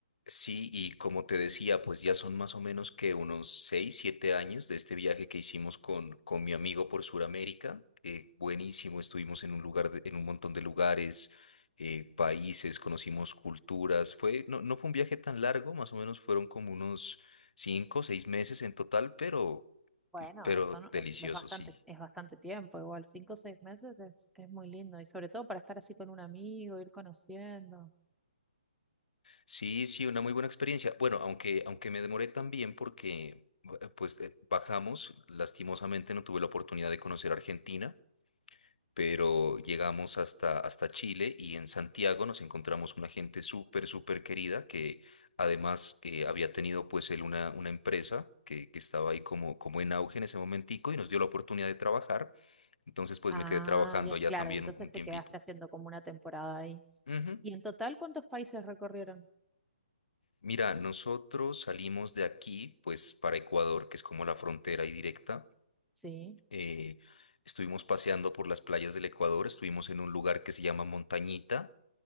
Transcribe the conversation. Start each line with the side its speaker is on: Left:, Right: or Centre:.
Left: Sí, y como te decía, pues ya son más o menos que unos 6 7 años de este viaje que hicimos con, con mi amigo por Sudamérica. Eh, buenísimo, estuvimos en un lugar, de- en un montón de lugares, eh, países, conocimos culturas. Fue, no, no fue un viaje tan largo, más o menos fueron como unos 5 6 meses en total, pero,
Centre: Bueno,
Left: pero
Centre: eso no-
Left: delicioso,
Centre: es, es bastante,
Left: sí.
Centre: es bastante tiempo, igual cinco o seis meses es, es muy lindo y sobre todo para estar así con un amigo, ir conociendo.
Left: Sí, sí, una muy buena experiencia. Bueno, aunque, aunque me demoré también porque, eh, pues, eh, bajamos, lastimosamente no tuve la oportunidad de conocer Argentina, pero llegamos hasta, hasta Chile y en Santiago nos encontramos una gente súper, súper querida que además que había tenido, pues, él una, una empresa que, que estaba ahí como, como en auge en ese momentico y nos dio la oportunidad de trabajar. Entonces, pues,
Centre: Ah,
Left: me quedé trabajando
Centre: bien,
Left: allá
Centre: claro,
Left: también
Centre: y entonces
Left: un, un
Centre: te
Left: tiempito.
Centre: quedaste haciendo como una temporada ahí.
Left: Ujú.
Centre: ¿Y en total cuántos países recorrieron?
Left: Mira, nosotros salimos de aquí, pues para Ecuador, que es como la frontera y directa.
Centre: Sí,
Left: Eh, estuvimos paseando por las playas del Ecuador, estuvimos en un lugar que se llama Montañita,